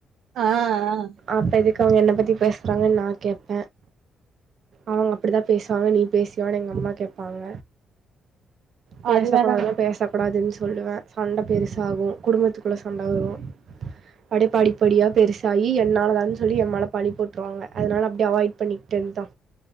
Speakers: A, on the right; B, on the right.
A: ஆ அ
B: அப்ப எதுக்கு அவ்ங்க என்ன பத்தி பேசுறாங்கன் நா கேப்ப அவ்ங்க அப்டிதா பேசுவாங்க நீ பேஸ்வியோனு எங்க அம்மா கேப்பாங்க பேசக்கூடாதுனா
A: அது வேணா
B: பேசக்கூடாதுன் சொல்லுவ சண்ட பெருசாகு குடும்பத்துக்குள்ள சண்ட வரும் அப்டே படிப்படியா பெருஸ் ஸாயி என்னாலதான் சொல்லி என் மேல பழி போட்ருவாங்க அதுனால அப்டியே அவாய்ட் பண்ணிக்கிட்டேன்தா